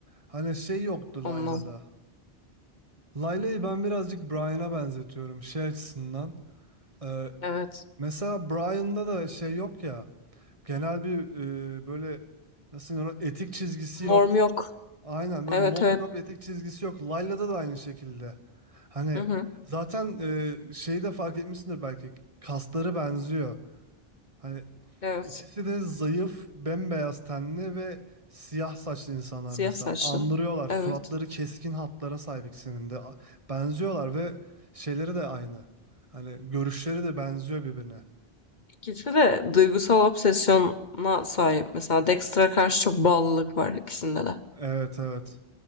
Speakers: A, on the right; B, on the left.
A: Hani şey yoktu
B: Ondan.
A: Layla'da. Layla'yı ben birazcık Brian'a benzetiyorum şey açısından. Ee,
B: Evet.
A: mesela Brian'da da şey yok ya. Genel bir e, böyle nasıl denir, ona, etik çizgisi
B: Norm
A: yok.
B: yok.
A: Aynen böyle
B: Evet
A: norm
B: evet.
A: yok etik çizgisi yok. Layla'da da aynı şekilde. Hani
B: Hı hı.
A: zaten e, şeyi de fark etmişsindir belki. Kasları benziyor. Hani
B: Evet.
A: İkisi de zayıf, bembeyaz tenli ve siyah saçlı insanlar
B: Siyah
A: mesela.
B: saçlı.
A: Andırıyorlar. Suratları
B: Evet.
A: keskin hatlara sahip ikisinin de. A- Benziyorlar ve şeyleri de aynı. Hani görüşleri de benziyor birbirine.
B: İkisi de duygusal obsesyona sahip. Mesela Dexter'a karşı çok bağlılık var ikisinde de.
A: Evet, evet.